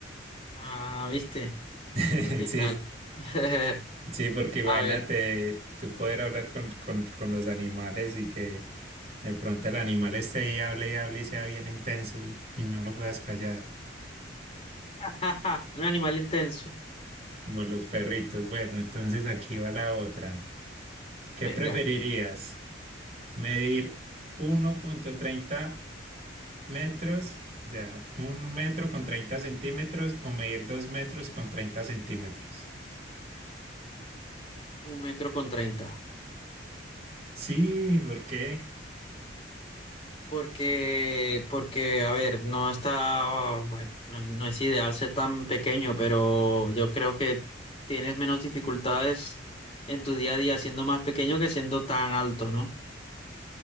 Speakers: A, on the left; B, on the right.
A: Ah, ¿viste?
B: <laughs>
A: ¿Qué
B: Sí,
A: tal? <laughs>
B: Sí, porque imagínate
A: A ver.
B: tú poder hablar con, con, con los animales y que de pronto el animal esté ahí, hable y hable y sea bien intenso y, y no lo puedas callar,
A: <laughs> Un animal intenso.
B: como los perritos. Bueno, entonces aquí va la otra. ¿Qué
A: Venga,
B: preferirías? ¿Medir uno punto treinta metros, o sea, un metro con 30 centímetros o medir dos metros con 30 centímetros?
A: un metro con treinta.
B: Sí, ¿por qué?
A: Porque, porque, a ver, no está, bueno, no, no es ideal ser tan pequeño, pero yo creo que tienes menos dificultades en tu día a día siendo más pequeño que siendo tan alto, ¿no?